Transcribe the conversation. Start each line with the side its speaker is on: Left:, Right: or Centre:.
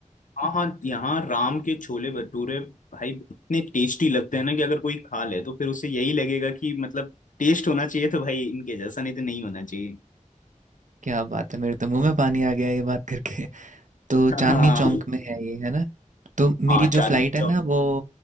Left: हाँ हाँ यहाँ राम के छोले भटूरे भाई इतने टेस्टी लगते हैं ना कि अगर कोई खा ले तो फिर उसे यही लगेगा कि मतलब टेस्ट होना चाहिए तो भाई इनके जैसा नहीं तो नहीं होना चाहिए
Right: क्या बात है मेरे तो मुंह में पानी आ गया ये बात करके <laughs> तो चांदनी
Left: हाँ
Right: चौक में है ये है ना तो
Left: हाँ
Right: मेरी
Left: चांदनी
Right: जो फ्लाइट
Left: चौक
Right: है ना वो